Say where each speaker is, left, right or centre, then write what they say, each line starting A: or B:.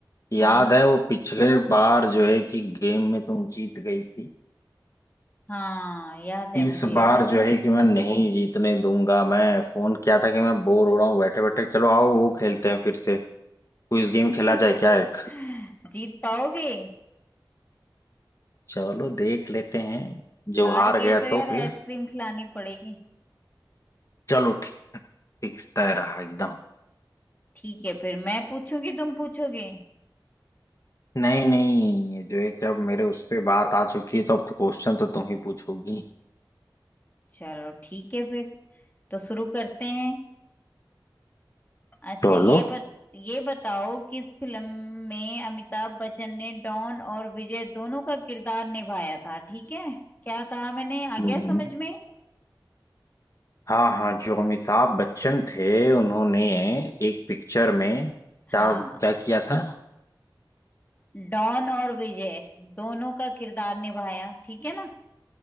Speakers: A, on the left; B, on the left.
A: याद
B: हाँ
A: है वो पिछले बार जो है कि गेम में तुम जीत गई थी
B: हाँ याद है
A: इस
B: मुझे
A: बार
B: यार
A: जो है कि मैं नहीं जीतने दूंगा मैं फोन किया था कि मैं बोर हो रहा हूँ बैठे बैठे चलो आओ वो खेलते हैं फिर से क्विज गेम
B: <laughs>
A: खेला जाए क्या एक
B: जीत पाओगे
A: चलो देख लेते हैं जो
B: हार
A: हार
B: गए
A: गया
B: तो यार
A: तो
B: आइसक्रीम
A: फिर
B: खिलानी पड़ेगी
A: चलो ठीक फिक्स तय रहा एकदम
B: ठीक है फिर मैं पूछूंगी तुम पूछोगे
A: नहीं नहीं ये जो है कि अब मेरे उस पे बात आ चुकी है तो अब क्वेश्चन तो तुम ही पूछोगी
B: चलो ठीक है फिर तो शुरू करते हैं अच्छा
A: चलो
B: ये बत ये बताओ किस फिल्म में अमिताभ बच्चन ने डॉन और विजय दोनों का किरदार निभाया था ठीक है क्या कहा मैंने आ गया
A: हम्म
B: समझ में
A: हाँ हाँ जो अमिताभ बच्चन थे उन्होंने एक पिक्चर में
B: हाँ
A: क्या क्या किया था
B: डॉन और विजय दोनों का किरदार निभाया ठीक है ना